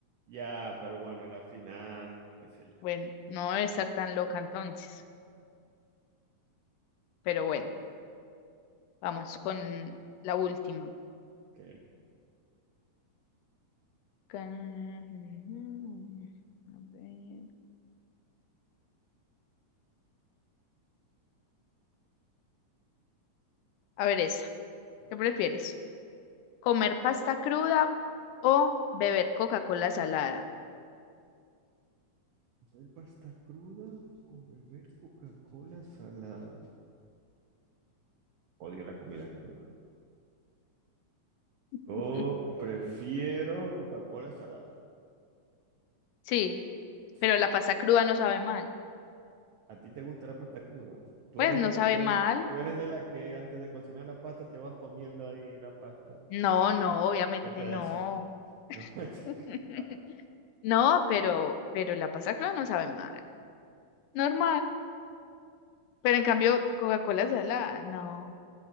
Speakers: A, on the right; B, on the left.
A: Ya, pero bueno, a la final, qué sé yo.
B: Bueno, no debe estar tan loca entonces, pero bueno, vamos con la última.
A: Ok.
B: Can- A ver, a ver esta.
A: Bueno.
B: ¿Qué prefieres? ¿Comer pasta cruda o beber Coca-Cola salada?
A: ¿Beber pasta cruda o beber Coca-Cola salada? Odio la comida cruda. Yo
B: <laughs>
A: prefiero Coca-Cola salada.
B: Sí,
A: Sí.
B: pero la pasta cruda no sabe mal.
A: ¿A ti te gusta la pasta cruda? Tú
B: Pues
A: eres
B: no
A: de,
B: sabe
A: tú
B: mal.
A: eres, tú eres de la que antes de cocinar la pasta te vas comiendo ahí la pasta
B: No,
A: larga,
B: no, obviamente
A: de pedacito.
B: no.
A: No, <laughs>
B: <laughs> No, pero, pero la pasta cruda no sabe mal. Normal. Pero en cambio, Coca-Cola salada, no.